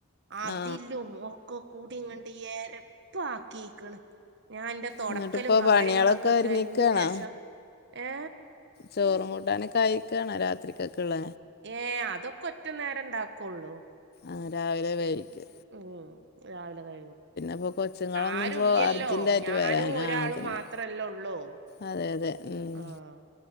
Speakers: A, on the right; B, on the left.
A: അതിലും
B: ആ
A: ഒക്കെ കൂടി ഇങ്ങണ്ട് ഏരപ്പ ആക്കിക്കണ് ഞാൻ ഇന്റെ തൊടക്കലും
B: എന്നിട്ടിപ്പോ
A: കാര്യങ്ങളുംക്കെ
B: പണികളൊക്കെ ഒരുങ്ങിക്കാണോ
A: കഴിഞ്ഞീന്റെ ഷം ഏ
B: ചോറും കൂട്ടാനക്കെ അഴിക്കണോ രാത്രിക്കൊക്കുള്ള
A: ഏ അതൊക്കെ ഒറ്റ നേരം ഇണ്ടാക്കുള്ളൂ
B: ആ രാവിലെ വേവിക്കു
A: ഓ രാവിലെ കഴിയും
B: ഇപ്പോ കൊച്ചുങ്ങളൊന്നും
A: ആരുല്യല്ലോ
B: ഇപ്പോ അർജന്റായിട്ട്
A: ഞാനും
B: വരാൻ
A: ഒരാളും
B: ആ അതന്നെ
A: മാത്രല്ല ഒള്ളൂ
B: അതെ അതെ ഉം
A: ആഹ്